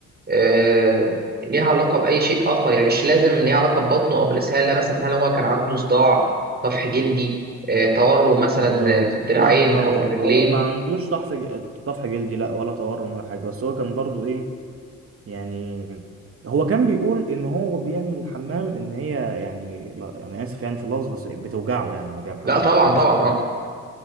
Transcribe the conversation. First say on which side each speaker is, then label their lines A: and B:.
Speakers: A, on the right (about 35°); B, on the right (about 45°).
A: آه، ليها علاقة بأي شيء آخر يعني مش لازم ليها علاقة ببطنه أو بالإسهال لا مثلا هل هو كان عنده صداع طفح جلدي آه، تورم مثلا
B: آه
A: في الدراعين
B: لا هو
A: أو في الرجلين
B: هو ما عندوش طحف طفح جلدي لا ولا تورم ولا حاجه بس هو كان برضو ايه يعني هو كان بيقول ان هو بيعمل الحمام ان هي يعني لا انا اسف يعني في اللفظ بس بتوجعه يعني هو بيعمل حمام
A: لا طبعا
B: فانا
A: طبعا
B: مش عارف
A: اه